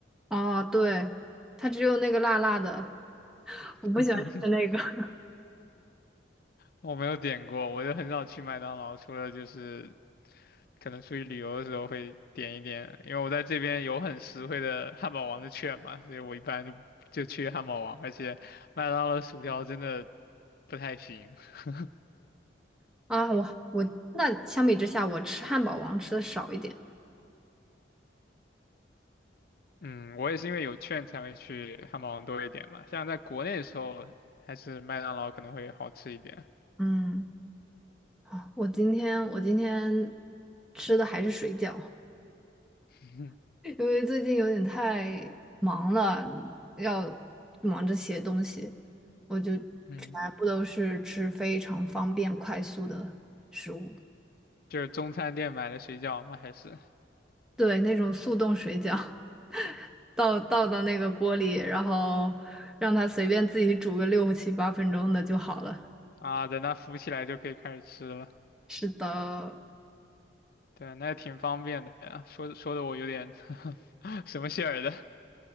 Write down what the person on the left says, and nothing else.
<laughs> 我没有点过，我就很少去麦当劳，除了就是可能出去旅游的时候会点一点，因为我在这边有很实惠的汉堡王的券嘛，所以我一般就就去汉堡王，而且麦当劳的薯条真的不太行。<laughs>
嗯，我也是因为有券才会去汉堡王多一点嘛，像在国内的时候，还是麦当劳可能会好吃一点。
<laughs>
嗯，
就是中餐店买的水饺嘛，还是
啊，等它浮起来就可以开始吃了。
对啊，那也挺方便的呀，说说的我有点 <laughs> 什么馅儿的